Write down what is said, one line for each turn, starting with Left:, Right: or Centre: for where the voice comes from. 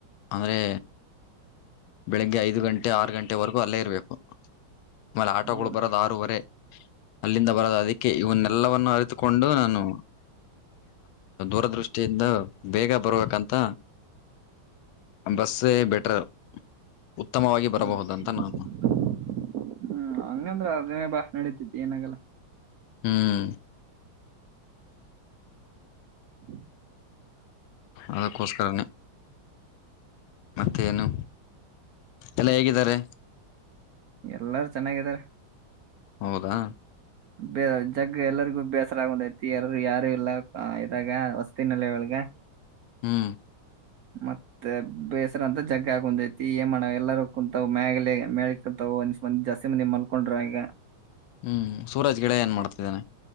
Left: ಅಂದ್ರೆ ಬೆಳಿಗ್ಗೆ ಐದು ಗಂಟೆ ಆರು ಗಂಟೆವರೆಗೂ ಅಲ್ಲೇ ಇರಬೇಕು ಆಮೇಲೆ ಆಟೋಗಳು
Right: ಹೌದು
Left: ಬರೋದ ಆರೂವರೆ ಅಲ್ಲಿಂದ ಬರದ ಅದಕ್ಕೆ ಇವನ್ನೆಲ್ಲವನ್ನು ಅರಿತುಕೊಂಡು ನಾನು ದ ದೃಷ್ಟಿಯಿಂದ ಬೇಗ ಬರ್ಬೇಕಂತ ಬಸ್ಸೇ ಬೆಟರ್ ಉತ್ತಮವಾಗಿ ಬರಬಹುದಂತ
Right: ಉತ್ತಮವಾಗಿ ಬರಬಹುದು
Left: ನಾನು
Right: ಅಂತ ಹ್ಮ್ ಹಂಗಂದ್ರ ಅದನ್ನೇ ಬಾ ನಡೀತತಿ ಏನಾಗಲ್ಲ <inaudible>
Left: ಹ್ಮ್
Right: ಹ್ಮ <unintelligible>
Left: ಅದಕ್ಕೋಸ್ಕರನೇ ಮತ್ತೇನು ಎಲ್ಲ ಹೇಗಿದ್ದಾರೆ <inaudible>
Right: ಎಲ್ಲಾರು ಚೆನ್ನಾಗಿದಾರ
Left: ಹೌದಾ
Right: ಬೇ ಜಗ್ ಎಲ್ಲರಿಗೂ ಬೇಸರ ಆಗ ಒಂದ್ಐತಿ ಎಾರ ಯಾರು ಇಲ್ಲ ಇದಾಗ ವಸತಿನಲ್ಲಿ ಒಳಗ ಹ
Left: ಹ್ಮ್
Right: ಮತ್ತೆ ಬೇಸರ ಅಂತ ಜಗ್ಗ ಕುಂತೈತಿ ಏ್ ಮಾಡ ಎಲ್ಲಾರೂ ಕುೂಂತವ್ ಮ್ಯಲೆ ಮೇ ಕುಂತಾವ ಒಂದ ಮಂದ್ ಜಾಸ್ತಿ ಮಂದಿ್ ಮಲ್ಕೊಂಡ್ರ ಈಗ <unintelligible>
Left: ಹ್ಮ್ ಸೂರಜ್ ಗೆಳೆಯ ಏನ್ ಮಾಡ್ತಿದ್ದಾನೆ